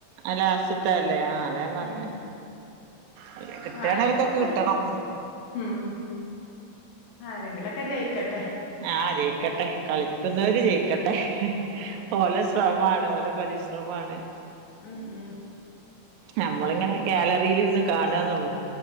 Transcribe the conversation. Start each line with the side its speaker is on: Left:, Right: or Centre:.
Right: അ ലാസ്റ്റ് ത്തല്ലേ ആഹ് അതാ ഞാൻ പറ്ഞ്ഞെ
Left: ഉം
Right: അല്ല കിട്ടാണെ
Left: ആരെങ്കിലൊക്കെ
Right: ഓൽക്കൊക്കെ കിട്ടണം
Left: ഉം ആരെങ്കിലുംക്കെ ജയി ക്കട്ടെ
Right: ആഹ് ജയിക്കട്ടെ കളിക്കുന്നവര് ജയിക്കട്ടെ
Left: അതന്നെ
Right: ഓലെ ശ്രമാണ് ഓല പരിശ്രമ ആണ്
Left: ഉം ഉം
Right: നമ്മളിങ്ങനെ ഗാലറീല്ഇരുന്ന് കാണാന്നുള്ളൂ